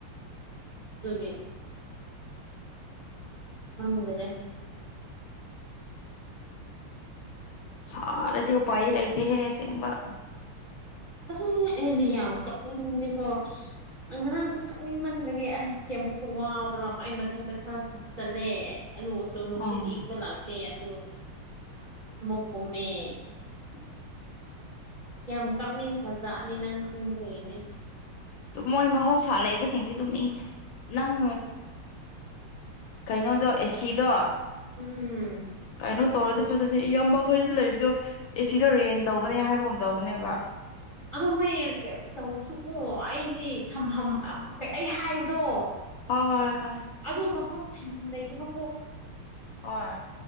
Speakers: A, on the right; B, on the left.
A: ꯑꯗꯨꯗꯒꯤ ꯍꯪꯗꯅꯦꯦ
B: ꯁꯔꯦꯗꯤ ꯎ ꯄꯥꯏ ꯂꯩꯇ ꯍꯦ ꯁꯦꯡꯕ
A: ꯑꯩ ꯑꯗꯤ ꯌꯥꯝ ꯀꯞꯅꯤꯡꯅꯤꯀꯣ ꯉꯔꯥꯡꯁꯨ ꯀꯞꯅꯤꯡꯃꯟꯕ ꯒꯤ ꯑꯩꯁꯦ ꯑꯃꯨꯛꯁꯨ ꯋꯥꯕ꯭ꯔꯥ ꯑꯩ ꯃꯊꯪꯗ ꯈꯔ ꯆꯠꯂꯦ ꯑꯗꯨꯁꯨ ꯅꯨꯡꯁꯤꯠ
B: ꯑꯣ
A: ꯏꯪꯄ ꯂꯥꯛꯇꯦ ꯑꯗꯨ ꯑꯃꯨꯛ ꯀꯨꯝꯃꯦ <unintelligible> ꯌꯥꯝ ꯀꯥꯞꯅꯤꯡꯈ꯭ꯔꯖꯠꯅꯤ ꯅꯪ ꯈꯪꯗꯗꯏꯅꯦ
B: ꯃꯣꯏ ꯃꯍꯧꯁꯥ ꯂꯩꯕꯁꯤꯡꯗꯤ ꯑꯗꯨꯝ ꯏ ꯅꯪ ꯀꯩꯅꯣꯗꯣ ꯑꯦꯁꯤꯗꯣ
A: ꯎꯝ
B: ꯀꯩꯅꯣ ꯇꯧꯔꯗꯤ ꯐꯖꯅꯦ ꯏꯌꯥꯝꯕ ꯑꯩꯈꯣꯏ ꯂꯩꯕꯗꯣ ꯑꯦꯁꯤꯗꯣ ꯔꯦꯟ ꯇꯧꯕꯅꯦ ꯍꯥꯏꯕꯒꯨꯝ ꯇꯧꯕꯅꯦꯕ
A: ꯅꯉꯩꯅ ꯇꯧꯔꯁꯨꯀꯣ ꯑꯩꯗꯤ ꯊꯝꯐꯝ ꯑꯩ ꯍꯥꯏꯕꯗꯣ
B: ꯍ ꯍꯣꯏ ꯑꯦꯈ
A: ꯑꯗꯨ ꯃꯐꯝ ꯊꯝꯐꯝ ꯂꯩꯕꯀꯣ
B: ꯑ